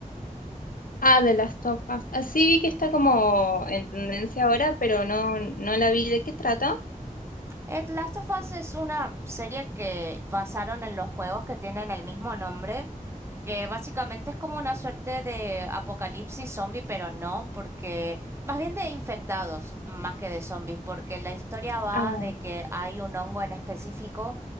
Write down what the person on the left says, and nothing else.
Ah, de las sofas. Así vi que está como en tendencia ahora, pero no, no la vi. ¿De qué trata?
Ah,